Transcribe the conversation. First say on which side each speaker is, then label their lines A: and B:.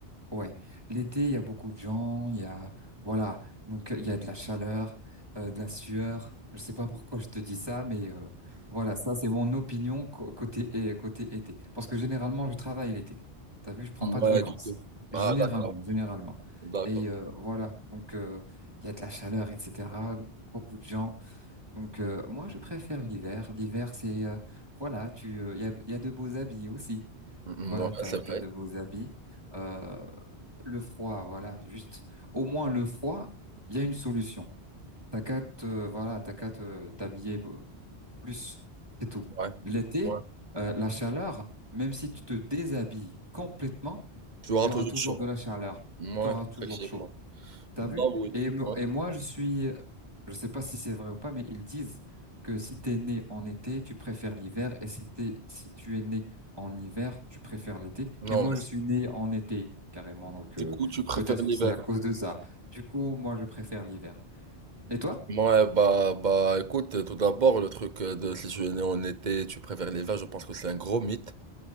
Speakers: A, on the right (about 20°); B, on the right (about 45°).
A: Ouais, l'été, il y a beaucoup de gens, il y a, voilà, donc euh, il y a de la chaleur, euh, de la sueur. Je sais pas pourquoi je te dis ça, mais euh, voilà, ça c'est mon opinion co- côté, euh, côté été. Parce que généralement, je travaille l'été. T'as vu, je prends pas de
B: Ouais,
A: vacances.
B: du coup. Ah,
A: Généralement,
B: d'accord,
A: généralement.
B: d'accord.
A: Et euh, voilà, donc euh, il y a de la chaleur, etc. Beaucoup de gens. Donc euh, moi, je préfère l'hiver. L'hiver, c'est, euh, voilà, tu, euh, il y a, il y a de beaux habits aussi.
B: Mm,
A: Voilà,
B: mm, Ouais,
A: t'as,
B: c'est
A: t'as
B: vrai.
A: de beaux habits. Euh, le froid, voilà, juste au moins le froid, il y a une solution. T'as qu'à te, euh, voilà, t'as qu'à te- t'habiller euh, plus, c'est tout.
B: Ouais,
A: L'été,
B: ouais.
A: euh, la chaleur, même si tu te déshabilles complètement,
B: Tu auras
A: il y aura
B: toujours
A: toujours
B: chaud.
A: de la chaleur,
B: Ouais,
A: tu auras toujours
B: effectivement.
A: chaud. T'as
B: Bah
A: vu?
B: oui,
A: Et, mo-
B: ouais.
A: et moi, je suis, je sais pas si c'est vrai ou pas, mais ils disent que si t'es né en été, tu préfères l'hiver, et si t'es, si tu es né en hiver, tu préfères l'été.
B: Non,
A: Et moi,
B: mais
A: je suis né en été, carrément, donc
B: Du
A: euh,
B: coup, tu préfères
A: peut-être
B: l'hiver.
A: que c'est à cause de ça. Du coup, moi, je préfère l'hiver. Et toi?
B: Ouais, bah, bah, écoute, tout d'abord, le truc euh, de si tu es né en été, tu préfères l'hiver, je pense que c'est un gros mythe.